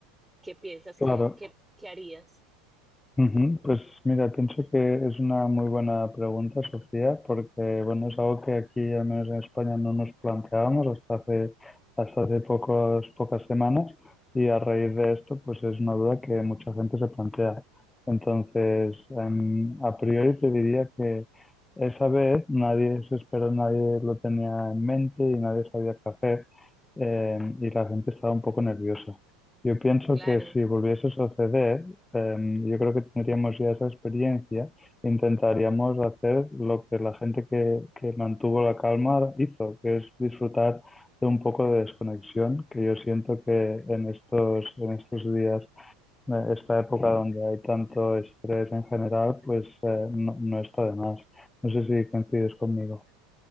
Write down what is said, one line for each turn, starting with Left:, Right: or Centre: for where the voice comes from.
Centre: ¿Qué piensas
Left: Claro,
Centre: que, qué, qué harías?
Left: Ujú. Pues mira, pienso que es una muy buena pregunta, Sofía, porque bueno, es algo que aquí, al menos en España, no nos planteábamos hasta hace, hasta hace pocos, pocas semanas y a raíz de esto, pues es una duda que mucha gente se plantea. Entonces, em, a priori te diría que esa vez nadie se esperó, nadie lo tenía en mente y nadie sabía qué hacer, em, y la gente estaba un poco nerviosa. Yo pienso
Centre: Claro.
Left: que si volviese a suceder, Em, yo creo que tendríamos ya esa experiencia, intentaríamos hacer lo que la gente que, que mantuvo la calma hizo, que es disfrutar de un poco de desconexión, que yo siento que en estos, en estos días, eh, esta época donde hay tanto estrés en general, pues eh, no, no está de más. No sé si coincides conmigo.